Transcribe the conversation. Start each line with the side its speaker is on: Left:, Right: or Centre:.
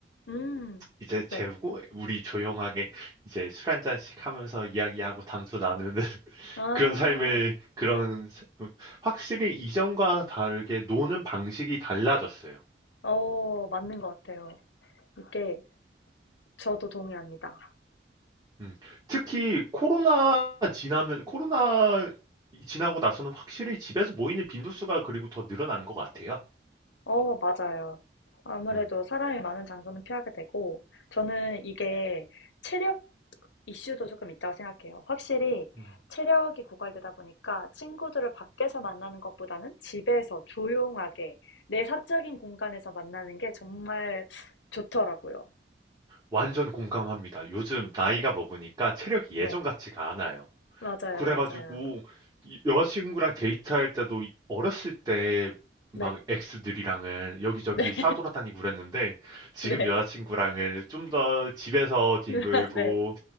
Left: 음.
Right: 이제 재우고,
Left: 네.
Right: 우리 조용하게 이제 술 한잔씩 하면서 이야기하고 담소 나누는 <laughs>
Left: 아.
Right: 그런 삶을, 그런, 사- 확실히 이전과 다르게 노는 방식이 달라졌어요.
Left: 어. 맞는 것 같아요. 이게 저도 동의합니다.
Right: 음. 특히 코로나 지나면 코로나 이 지나고 나서는 확실히 집에서 모이는 빈도수가 그리고 더 늘어난 것 같아요.
Left: 어, 맞아요. 아무래도
Right: 음.
Left: 사람이 많은 장소는 피하게 되고, 저는 이게 체력 이슈도 조금 있다고 생각해요. 확실히
Right: 음.
Left: 체력이 고갈되다 보니까 친구들을 밖에서 만나는 것보다는 집에서 조용하게 내 사적인 공간에서 만나는 게 정말 좋더라고요.
Right: 완전 공감합니다. 요즘 나이가 먹으니까 체력이
Left: 네,
Right: 예전 같지가 않아요.
Left: 맞아요,
Right: 그래가지고
Left: 맞아요.
Right: 이- 여자친구랑 데이트할 때도 어렸을 때 막
Left: 네,
Right: 엑스들이랑은 여기저기
Left: 네,
Right: 싸돌아다니고 그랬는데 지금
Left: <laughs> 네,
Right: 여자친구랑은 좀 더 집에서 뒹굴고
Left: <laughs> 네.